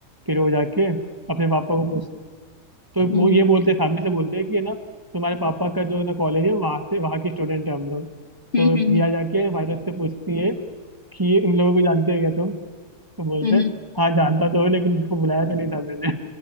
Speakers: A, on the right; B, on the left.
A: फिर वो जाके अपने पापा को पूछ तो
B: हम्म
A: वो ये बोलते हैं सामने से बोलते हैं कि है ना तुम्हारे पापा का जो है ना कॉलेज है वहाँ से वहाँ के स्टूडेंट है हम लोग
B: हम्म
A: तो वो
B: हम्म
A: प्रिया जाके वायरस से पूछती है कि ये इन लोगों को जानते हो क्या तुम तो बोलते
B: हम्म,
A: हैं हाँ जानता तो हो लेकिन इनको बुलाया तो नहीं था मैंने